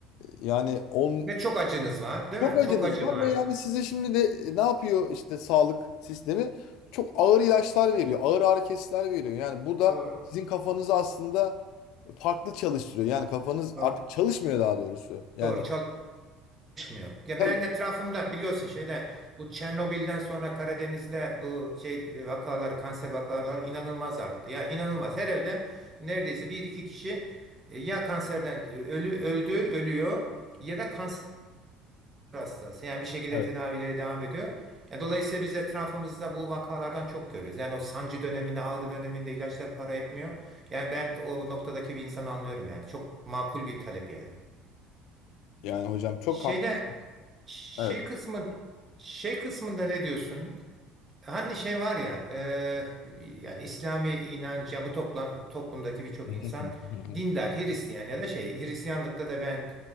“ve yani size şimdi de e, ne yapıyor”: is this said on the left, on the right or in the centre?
Left